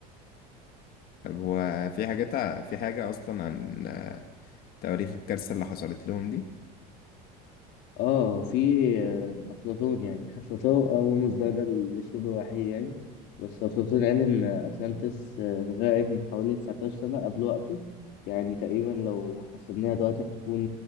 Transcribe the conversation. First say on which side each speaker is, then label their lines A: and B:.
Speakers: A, on the left; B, on the left.
A: طب هو في حاجات ع- في حاجة أصلا عن آه، تواريخ الكارثة اللي حصلت لهم دي
B: اه في آه، افلاطون يعني <laughs> حسسه هو مصدرنا للشبه الوحيد يعني بس افلاطون قال ان اتلانتس آه، غرقت من حوالي 19 سنه قبل وقته يعني تقريبا لو حسبناها دلوقتي هتكون